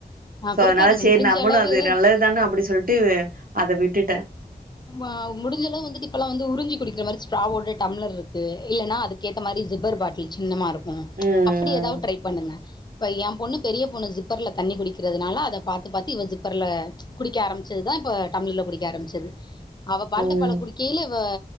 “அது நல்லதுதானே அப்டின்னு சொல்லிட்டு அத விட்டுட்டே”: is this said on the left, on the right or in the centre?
Right